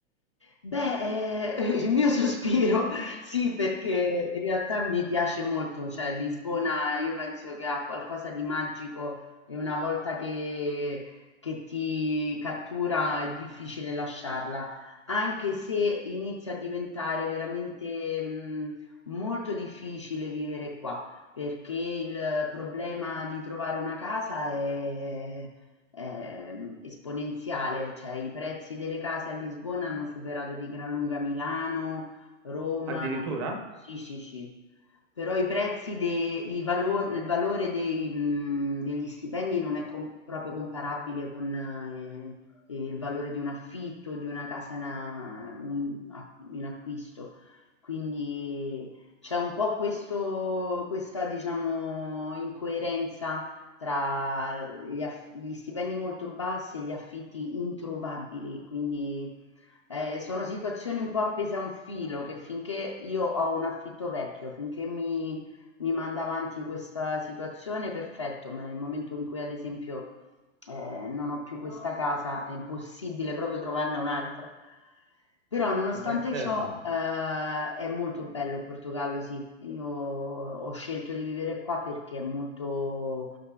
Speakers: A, on the left; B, on the right.
A: Beh, ehm, <laughs> il mio sospiro <laughs> sì, perché in realtà mi piace molto, cioè Lisbona io penso che ha qualcosa di magico e una volta che, che ti cattura è difficile lasciarla, anche se inizia a diventare veramente mh, molto difficile vivere qua, perché il problema di trovare una casa è ehm, esponenziale, cioè i prezzi delle case a Lisbona hanno superato di gran lunga Milano, Roma,
B: Addirittura?
A: sì, sì, sì. Però i prezzi, dei, i valo- il valore dei, mh, degli stipendi non è com- proprio comparabile con eh, il valore di un affitto, di una casa in, a- un- a- in acquisto. Quindi c'è un po' questo, questa, diciamo, incoerenza tra gli, aff- gli stipendi molto bassi e gli affitti introvabili, quindi eh, sono situazioni un po' appese a un filo che finché io ho un affitto vecchio, finché mi, mi manda avanti questa situazione, perfetto, ma nel momento in cui ad esempio eh, non ho più questa casa, è impossibile proprio trovarne un'altra. Però nonostante
B: Beh, certo.
A: ciò, eh, è molto bello il Portogallo, sì. Io ho scelto di vivere qua perché è molto,